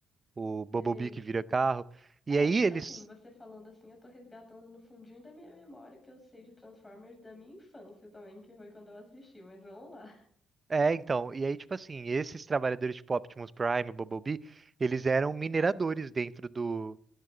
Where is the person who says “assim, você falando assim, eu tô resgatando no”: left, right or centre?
Left